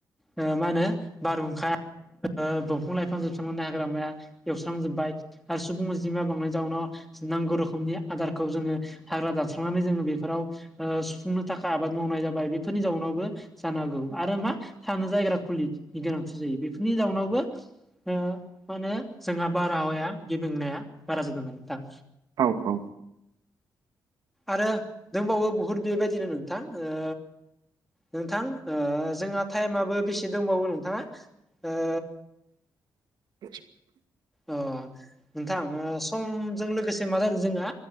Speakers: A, in the centre; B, on the right.
A: ओ मा होनो बारहुंखा ओ दंफां लाइफां जोबस्रांनानै हाग्रामाया एवस्रांजोबाय आरो सुबुं अजिमाया बांनाय जाउनाव नांगौ रोखोमनि आदारखौ जोङो हाग्रा दानस्रांनानै जोङो बेफोराव ओ सुफुंनो थाखाय आबाद मावनाय जाबाय। बेफोरनि जाउनावबो जानांगौ आरो मा थानो जायग्रा खुलि गोनांथि जायो। बेफोरनि जाउनावबो ओ मा होनो जोंना बारहावाया गिब्रेंनाया बारा जादों आरो नोंथां।
B: औ औ।
A: आरो दोंबावो बुहुद बेबायदिनो नोंथां ओ नोंथां ओ जोंना टाइमाबो बेसे दंबावो नोंथाङा, ओ
B: <inaudible>
A: औ नोंथां ओ समजों लोगोसे मा जादों जोंहा